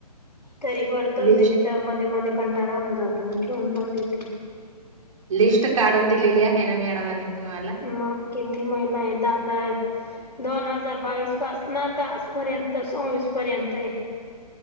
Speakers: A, on the left (about 85°); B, on the right (about 50°).
A: तरी बरतोे
B: लिस्ट
A: ज ए मी त मध्ये मध्ये कंटाळा होऊन जातंन् ठीेऊन पण देते.
B: लिस्ट काडून दिलेली आहे ना मॅडमाने. तुम्हाला
A: म किती महिला आय दाद आय, दोन हजार बावीस पासनं आता आजपर्यंत सोवीस पर्यंत ए.